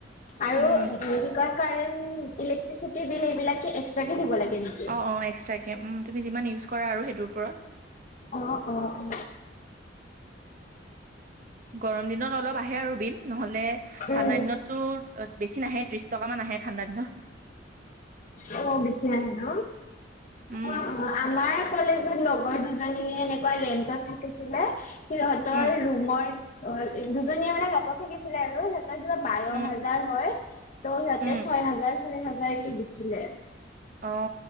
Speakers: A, on the left (about 40°); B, on the right (about 45°).
A: আৰু
B: উম
A: ভ ক কাৰেণ্ট ইলেক্ট্ৰিচিটিৰ বিল এইবিলাক এক্সট্ৰাক কে দিব লাগে। নেকি?
B: অ অ এক্সট্ৰাকে তুমি যিমান ইউজ কৰা আৰু সেইটো ওপৰত।
A: অ', অ', অ'।
B: গৰম দিনত অলপ আহে আৰু বিল নহলে
A: উম,
B: ঠাণ্ডা দিনতো বেছি নাহে দ। টকামান আহে ঠাণ্ডা দিনত।
A: অ বেছি লাহে ন
B: উম
A: অ অ আমাৰ। কলেজত লগৰ দুজনীয়ে এনেকুৱা ৰেন্টত থাকিছিলে সিহতৰ
B: উম
A: ৰুমৰ। অ দুজনীয়ে মানে লগত থাকিছিলে আৰু ত কিবা বাৰ
B: উম
A: হাজাৰ হয় ত' সিহঁতে
B: উম
A: ছয় হাজাৰ ছয় হাজাৰ কে দিছিলে।
B: অ